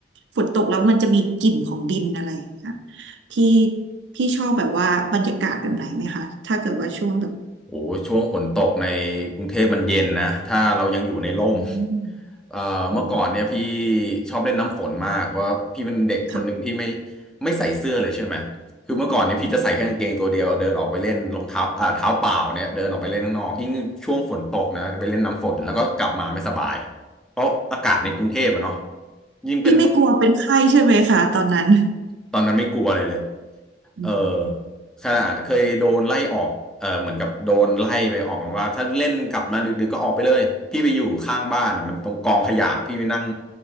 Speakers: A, on the right; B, in the centre.
A: ฝนตกแล้วมันจะมีกลิ่นของดินอะไรอย่างเงี้ยที่พี่ชอบแบบว่าบรรยากาศแบบไหนไหมคะถ้าเกิดว่าช่วงแบบ
B: โอ้ช่วงฝนตกในกรุงเทพมันเย็นนะถ้าเรายังอยู่ในร่ม
A: อืม
B: เอ่อเมื่อก่อนเนี่ยพี่
A: อืม
B: ชอบเล่นน้ำฝนมากเพราะพี่เป็นเด็กคนหนึ่งที่ไม่
A: ค่ะ
B: ไม่ใส่เสื้อเลยใช่ไหมคือเมื่อก่อนเนี่ยพี่จะใส่แค่กางเกงตัวเดียวเดินออกไปเล่นรองเท้าอ่าเท้าเปล่าเนี่ยเดินออกไปเล่นข้างนอกยิ่งช่วงฝนตกนะไปเล่นน้ำฝนแล้วก็กลับมาไม่สบายเพราะอากาศในกรุงเทพอะเนาะยิ่งเป็น
A: พี่ไม่กลัวเป็นไข้ใช่ไหมคะตอนนั้น
B: ตอนนั้นไม่กลัวอะไรเลย
A: อืม
B: เออขนาดเคยโดนไล่ออกเออเหมือนกับโดนไล่ไปออกว่าถ้าเล่นกลับมาดึกๆก็ออกไปเลย พี่ไปอยู่ข้างบ้านอ่ะมันตรงกองขยะ พี่ไปนั่ง